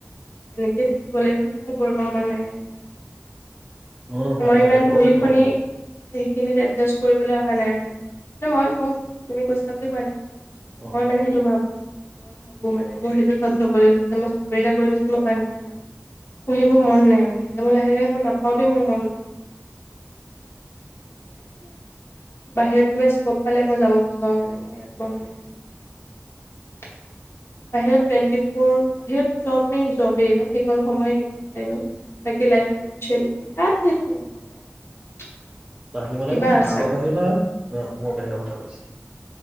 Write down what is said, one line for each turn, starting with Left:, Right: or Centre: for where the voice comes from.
Left: তেনেকেই থাকিব লাগিব সেইটো মোৰ কৰিব মন নাই একেবাৰে
Right: ন ন
Left: মই
Right: তোমাৰ
Left: ইমান
Right: এইটো
Left: পঢ়ি
Right: কথা কোৱা
Left: শুনি
Right: নাই
Left: সেইখিনিত এডজাষ্ট কৰিবলৈ অহা ভালে মানে মানে মই মোক তুমি কৈছা বুলি কোৱা নাই
Right: অ
Left: মই মানে সেইটো ভাবো মই ভাবো মানে মোৰ সেইটো ধৰ্যবোৰ লৈ যে মই চাকৰি এটা কৰি লৈ লৈছিলো মই বান্ধ খাই যাম মোৰ সেইবোৰ মন নাই মানে এতিয়া মই লাহে লাহে মই নাপাওঁতেই মোৰ মন ঠিক আছে তাকে বাহিৰত কিবা স্কপ পালে মই যাব বিচাৰো মানে মোৰ ইয়াত মন নাই বাহিৰত টুৱেণ্টি ফৰ বাহিৰত জব মেইন জবেই ন সেইখন সময় সেইখন টাইমত বাকী লাইফটো স্কিল ইয়াত দিলো নহয় ইয়াত
Right: বাহিৰ মানে
Left: কিবা
Right: ভাৰতৰ
Left: আছে।
Right: বাহিৰ নে মই অসমৰ বাহিৰৰ কথা কৈছ